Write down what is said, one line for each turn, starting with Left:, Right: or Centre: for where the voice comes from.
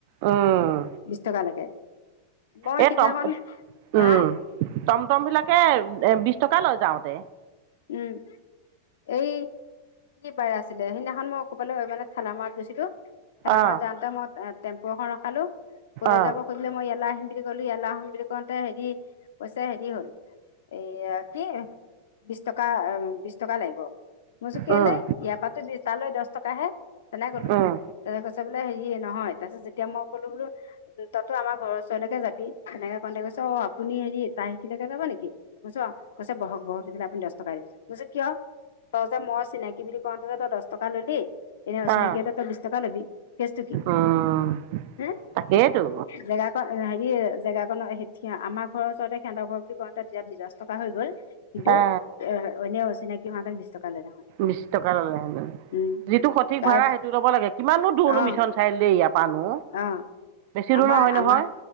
Right: উম
Left: বিশ টকা লাগে। মই
Right: এই
Left: সিদিনাখন,
Right: টম উম
Left: হা?
Right: টমটম বিলাকে বিশ টকা লয় যাওঁতে।
Left: উম এই। কি বাৰে আছিলে সেইদিনাখন মই ক'বালৈ মানে ঠেলা মাৰত গৈছিলো। ঠেলামৰাত
Right: অ
Left: যাওঁতে মই টেম্পু এখন ৰখালো ক'লৈ
Right: অ
Left: যাব সুধিলে মই ইয়ালে আহিম বুলি ক'লো ইয়ালে আহিম বুলি কওঁতে হেৰি, কৈছে হেৰি হ'ল এইয়া কি বিশ টকা, অম বিশ টকা লাগিব। মই কৈছো কেলেই
Right: উম
Left: ইয়াৰ পৰাটো তালৈ দহ টকাহে তেনে ক'লো।
Right: উম
Left: তাৰপিছত কৈছে বোলে হেৰি নহয়, তাৰপিছত যেতিয়া মই ক'লো বোলো তহঁতো আমাৰ ঘৰৰ ওচৰলৈকে যাবি। তেনেকে কওঁতে কৈছে অ আপুনি হেৰি তাৰ সেইখিনিলৈকে যাব নেকি মই কৈছো অ, কৈছে বহক বহক। সি কৈছে আপুনি দহ টকাই দিব। মই কৈছোঁ কিয়? তই যে মই চিনাকি বুলি কওঁতে যে তই দহ টকা ল'লি এনে অচিনাকি
Right: অ
Left: হ'লে তই বিশ টকা ল'বি। কেচটো কি
Right: উম
Left: হে?
Right: তাকেইতো
Left: জেগা হেৰি জেগাখনৰ আমাৰ ঘৰৰ ওচৰতে সিহঁতৰ ঘৰ বুলি কওঁতে তেতিয়া দহ টকা হৈ গ'ল। কিন্তু
Right: অ
Left: এ এনে অচিনাকি হোৱা হ'লে বিশ টকা লৈ ল'লে হয়।
Right: বিশ টকা ল'লে হেঁতেন।
Left: উম
Right: যিটো সঠিক
Left: তাৰ
Right: ভাড়া সেইটো ল'ব লাগে কিমানো দূৰনো
Left: অ
Right: মিছন চাৰিআলি লৈ ইয়াৰ পৰা। পাৰনো
Left: অ
Right: বেছি
Left: আমাৰ
Right: দূৰ নহয় নহয়।
Left: আমাৰ